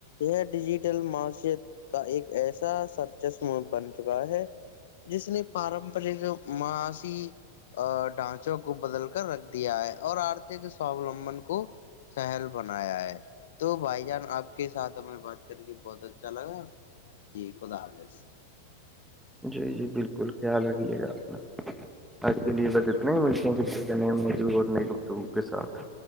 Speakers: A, on the left; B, in the centre.
A: یہ ڈیجیٹل معشت کا ایک ایسا سرچسم بن چکا ہے جس نے پارمپرک ماسی ڈھانچوں کو بدل کر رکھ دیا ہے اور آرت کے سواو للمبن کو شہل بنایا ہے تو بھائی جان آپ کے ساتھ ہمیں بات کر کے بہت اچھا لگا جی خدا حافظ
B: جی جی بالکل خیال رکھیے گا اپنا آج کے لیے بس اتنے ہی ملتے ہیں ک کا نئے موور اور نئی گفتگو کے ساتھ